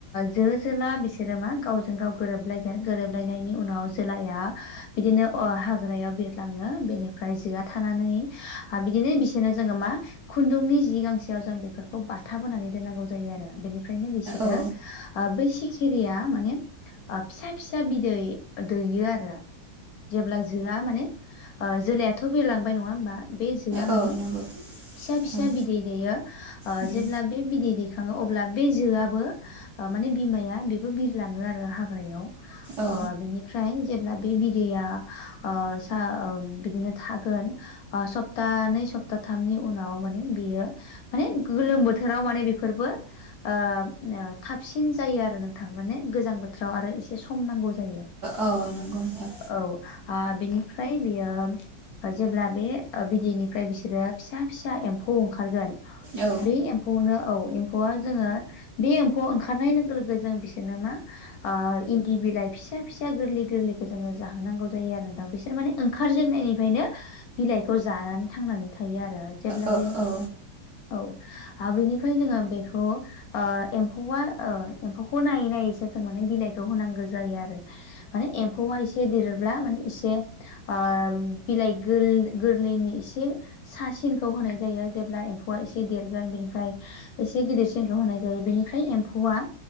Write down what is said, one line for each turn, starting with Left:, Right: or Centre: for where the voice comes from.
Left: जो जोला बिसोरो मा गावजों- गाव गोरोबलायगोन गोरोबलायनायनि उनाव जोलाया बिदिनो अ हाग्रायाव बिरलाङो बेनिफ्राय जोआ थानानै ओ बिदिनो बिसोरनो जोङो मा खुन्दुंनि जि गांसेयाव जों बेफोरखौ बाथाबहोनानै दोननांगौ जायो आरो। बेनि ओमफ्रायनो बिसोरो
Right: औ
Left: ओ बै सिखिरिया माने ओ फिसा फिसा बिदै दैयो आरो। जेब्ला जोआ माने ओ जोलायाथ' बिरलांबाय नङा होमबा? बे जोआ माने
Right: औ नंगौ
Left: फिसा फिसा
Right: उम
Left: बिदै दैयो। ओ
Right: उम
Left: जेब्ला बे बिदै दैखाङो अब्ला बे जोआबो माने बिमाया बेबो बिरलाङो आरो हाग्रायाव। ओ
Right: औ
Left: बिनि ओमफ्राय जेब्ला बे बिदैया ओ सा ओ बिदिनो थागोन सप्तानै सप्तााथामनि उनाव माने बेयो माने गोलोम बोथोराव माने बेफोरबो ओ ओ थाबसिन जायो आरो नोंथां, माने गोजां बोथोराव आरो एसे सम नांगौ जायो।
Right: औ नंगौ नोंथां।
Left: औ आ बिनिफ्राय बेयो जेब्ला बे बिदैनिफ्राय बिसोरो फिसा फिसा एम्फौ ओंखारगोन।
Right: औ
Left: बे एम्फौ एम्फौनो औ एम्फौआ जोङो बे एम्फौआव ओंखारनाय लोगो लोगो जों बिसोरनो मा आ इन्दि बिलाय फिसा फिसा गोरलै गोरलैखौ जोङो जाहोनांगौ जायो आरो दा बिसोर माने ओंखारजेननायनिफ्रायनो बिलाइखौ जानानै थांनानै थायो आरो जेब्ला
Right: औ
Left: बे
Right: औ
Left: औ, आरो बेनिफ्राय जोङो बेखौ ओ एम्फौआ ओ एम्फौखौ नायै नायैसो जों माने बिलाइखौ होनांगौ जायो आरो। माने एम्फौआ एसे देरोब्ला माने एसे ओ बिलाइ गोर-गोरलैनि इसे सा सिनखौ होनाय जायो जेब्ला एम्फौआ एसे देरगोन बेनिफ्राय एसे गिदिरसिनखौ होनाय जायो बेनिफ्राय एम्फौआ